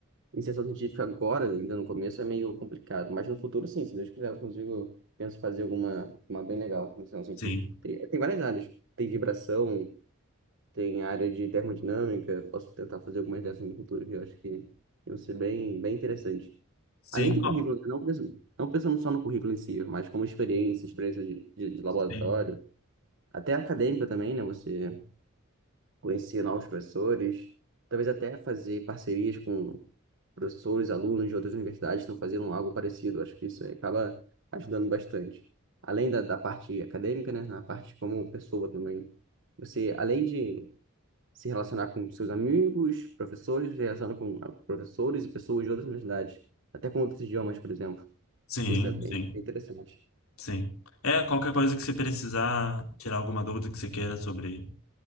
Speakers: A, on the right; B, on the left.
A: iniciação científica agora, ainda no começo, é meio complicado. Mas no futuro, sim, se Deus quiser, eu consigo, penso fazer alguma uma bem legal, iniciação científica.
B: Sim.
A: Tem, tem várias áreas. Tem vibração, tem área de termodinâmica. Posso tentar fazer algumas dessas no futuro, que eu acho que vão ser bem, bem interessantes.
B: Sim.
A: Além do
B: Qual-
A: currículo, né, não pensando, não pensando só no currículo em si, mas como experiência, experiência de, de, de laboratório,
B: Sim.
A: até acadêmica também, né? Você conhecer novos professores, talvez até fazer parcerias com professores, alunos de outras universidades que estão fazendo algo parecido. Acho que isso acaba ajudando bastante. Além da, da parte acadêmica, né? A parte como pessoa também. Você, além de se relacionar com seus amigos, professores, se relacionar com ah, professores e pessoas de outras universidades, até com outros idiomas, por exemplo.
B: Sim.
A: Acho que isso é bem
B: Sim.
A: bem interessante.
B: Sim. É, qualquer coisa que você precisar tirar alguma dúvida que você queira sobre